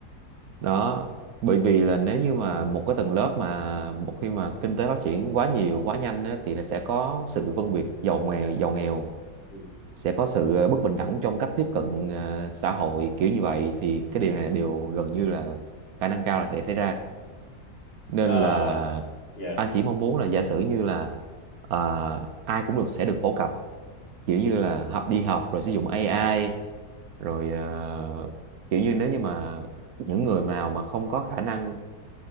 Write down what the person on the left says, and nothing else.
Ừ.
Ờ,
dạ.
Ừ,